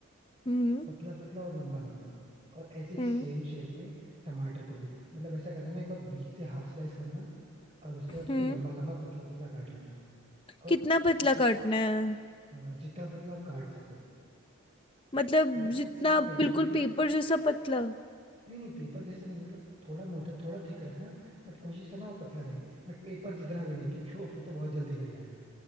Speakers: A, on the left; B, on the right.
A: हम्म
B: पतला पतला और लंबा लंबा और ऐसे ही सेम
A: हम्म
B: शेप में टमाटर को भी मतलब ऐसा करना ना एक बार बीच से हाफ स्लाइस करना और उसके
A: हम्म
B: बाद उसे लंबा लंबा पतला पतला काट लेना और
A: कितना
B: से
A: पतला काटना है
B: अ, जितना पतला आप काट सको
A: मतलब
B: अगर
A: जितना
B: है फिर भी
A: बिल्कुल
B: ठीक है
A: पेपर जैसा पतला
B: नहीं नहीं पेपर जैसा नहीं मतलब थोड़ा मोटा थोड़ा थिक रखना बट कोशिश करना वो पतला रहे बट पेपर जितना भी नहीं क्योंकि वो फिर तो बहुत जल्दी गल जाएगा